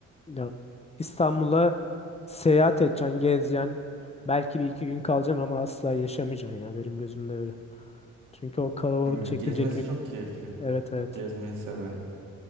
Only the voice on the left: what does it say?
Ya, İstanbul'a seyahat edeceksin, gezeceksin. Belki bir iki gün kalacaksın ama asla yaşamayacaksın ya benim gözümde öyle. Çünkü o kalabalık
çekilecek
bir...
Evet evet.